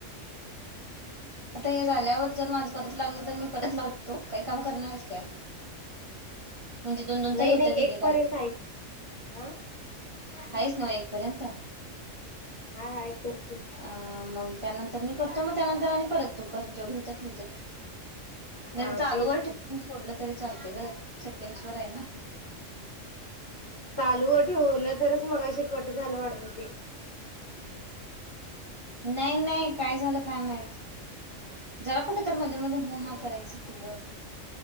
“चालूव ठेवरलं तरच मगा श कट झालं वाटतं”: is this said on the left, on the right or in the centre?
Left